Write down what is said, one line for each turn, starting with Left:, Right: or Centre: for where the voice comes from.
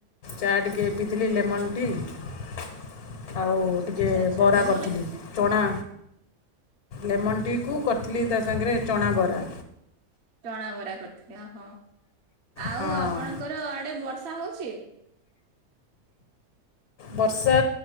Left: ଚା ଟିକେ ପିଥିଲଥିଲି ଲେମନ ଟି ଆଉ ଟିକେ
Right: ଆଚ୍ଛା ଆଚ୍ଛା
Left: ବରା
Right: ଲେମନ
Left: କରିଥିଲି ଚଣା ଲେମନ ଟିକୁ
Right: ହୁଁ ହୁଁ।
Left: କରିଥିଲି ତା ସାଙ୍ଗରେ ଚଣା ବରା
Right: ଚଣା ବରା କରିଥିଲେହୋ ଆଉ
Left: ହଁ
Right: ଆପଣଙ୍କର ଆଡେ ସା ହଉଛି
Left: ବର୍ଷା